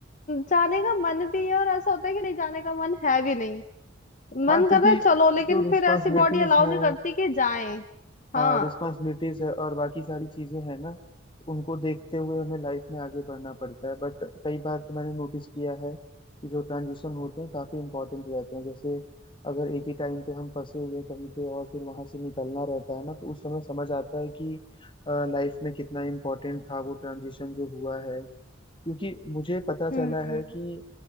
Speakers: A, on the left; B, on the left.
A: जाने का मन भी है और ऐसा होता है कि नहीं जाने का मन है भी नहीं मन
B: हाँ क्योंकि
A: कर रहा है चलो लेकिन
B: जो रिस्पॉन्सिबिलिटीज
A: फिर ऐसी बॉडी अलाउ
B: हैं
A: नहीं करती कि जाएं हाँ
B: हाँ रिस्पॉन्सिबिलिटीज है और बाकी सारी चीजें हैं ना उनको देखते हुए हमें लाइफ में आगे बढ़ना पड़ता है बट कई बार तो मैंने नोटिस किया है कि जो ट्रांजिशन होते हैं काफी इंपॉर्टेंट रहते हैं जैसे अगर एक ही टाइम पे हम फंसे हुए हैं कहीं पे और फिर वहां से निकलना रहता है ना तो उस समय समझ आता है कि लाइफ में कितना इम्पोर्टेंट था वो ट्रांजिशन जो हुआ है क्योंकि मुझे पता चला
A: हम्म
B: है कि